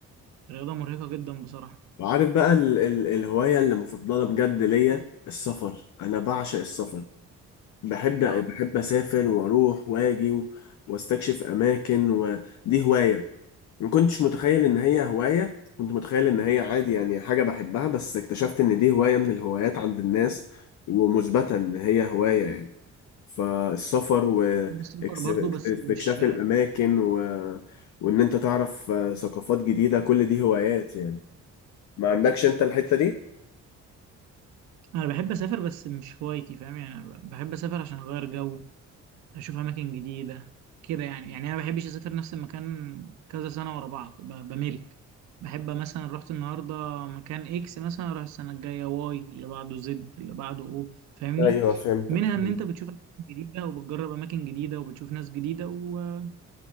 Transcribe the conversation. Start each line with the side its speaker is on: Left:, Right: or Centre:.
Right: رياضة مرهقة جدا بصراحة
Left: وعارف بقى ال ال الهواية اللي مفضلة بجد ليا السفر انا بعشق السفر بحب
Right: آه،
Left: بحب اسافر واروح واجي و- واستكشف اماكن ودي هواية ما كنتش متخيل ان هي هواية كنت متخيل ان هي عادي يعني حاجة بحبها بس اكتشفت ان دي هواية من الهوايات عند الناس ومثبتة ان هي هواية يعني فالسفر واستكشاف
Right: بحب السفر برضو بس مش
Left: الاماكن و... وان انت تعرف آه، ثقافات جديدة كل دي هوايات يعني ما عندكش انت الحتة دي؟
Right: أنا بحب أسافر بس مش هوايتي فاهم يعني أنا بحب أسافر عشان أغير جو اشوف اماكن جديده كده يعني يعني انا ما بحبش اسافر نفس المكان كذا سنه ورا بعض ب- بمل بحب مثلا رحت النهارده مكان اكس مثلا اروح السنه الجايه واي اللي بعده زد اللي بعده او فاهمني
Left: ايوه فهمتك
Right: منها
Left: فهمت
Right: ان انت بتشوف اماكن جديده وبتجرب اماكن جديده وبتشوف ناس جديده وما